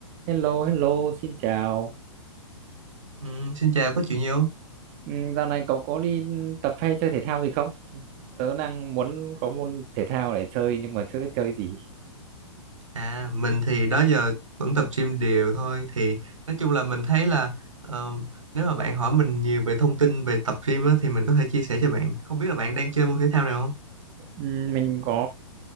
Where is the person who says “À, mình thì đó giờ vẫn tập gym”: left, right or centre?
Right